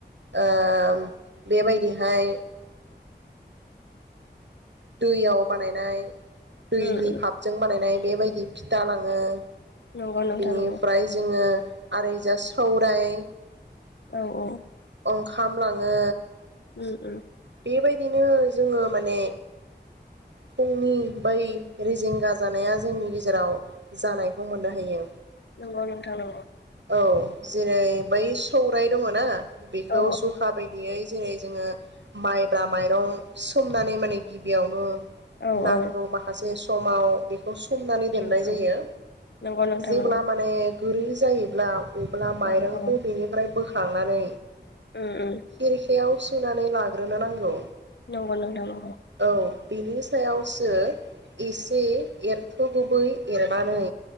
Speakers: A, on the right; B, on the left.
A: ओ बेबायदिहाय दैयाव बानायनाय दैनि
B: उम उम
A: फापजों बानायनाय एबायदि फिथा लाङो
B: नंगौ नोंथां
A: बिनिफ्राय
B: नंगौ
A: जोङो आरो जा सौराय
B: औ औ
A: ओंखाम लाङो
B: उम उम
A: बेबायदिनो जोङो माने फुंनि बै रेजेंगा जानाया जोंनि गेजेराव जानाय बेखौ मोननो हायो
B: नंगौ नोंथां नगौ
A: औ जेरै बै सौराय दङ ना बेखौ
B: औ
A: जुखा बायदि जेरै जोङो माइब्रा माइरं सोमनानै माने गिबियावनो
B: औ
A: नांगौ
B: औ
A: माखासे स समाव बे खौ सोमनानै दोन्नाय
B: उम उम
A: जायो
B: नंगौ नोंथां
A: जेब्ला
B: नंगौ
A: माने गुरै जायोब्ला अब्ला माइरंखौ
B: औ औ
A: बेनिफ्राय बो खांनानै
B: उम उम
A: खिरखायाव सुनानै लाग्रोनो नांगौ
B: नंगौ नोंथां नंगौ
A: औ बिनि सायावसो एसे एरथ'गै एरनानै